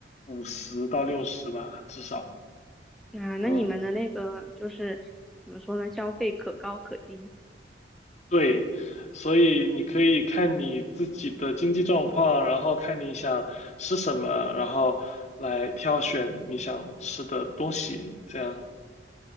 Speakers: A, on the left; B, in the centre.
A: 五十到六十吧，至少。
B: 啊，那你们的那个就是怎么说呢？
A: 哦
B: 消费可高可低。
A: 对，所以你可以看你自己的经济状况，然后看你想吃什么，然后来挑选你想吃的东西，这样。